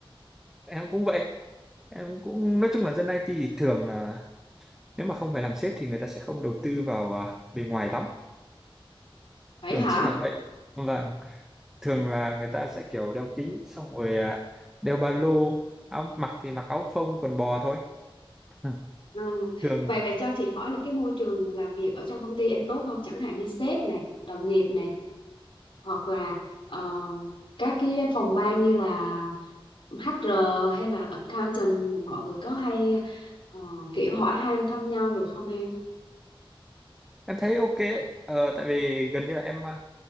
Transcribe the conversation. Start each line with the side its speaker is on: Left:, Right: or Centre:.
Centre: em cũng vậy, em cũng nói chung là dân IT thì thường là nếu mà không phải làm sếp thì người ta sẽ không đầu tư vào ờ, bề ngoài lắm,
Left: vậy
Centre: thường
Left: hả?
Centre: sẽ là vậy. Vâng thường là người ta sẽ kiểu đeo kính xong rồi à, đeo ba lô áo mặc thì mặc áo phông quần bò thôi Ừ.
Left: Ừ.
Centre: thường
Left: Vậy vậy cho chị hỏi là cái môi trường làm việc ở trong công ty em tốt không? Chẳng hạn như sếp này, đồng nghiệp này hoặc là ờ, các cái phòng ban như là HR hay là accountant mọi người có hay ờ, kiểu hỏi han thăm nhau được không em?
Centre: em thấy ok ấy. Ờ, tại vì gần như là em à,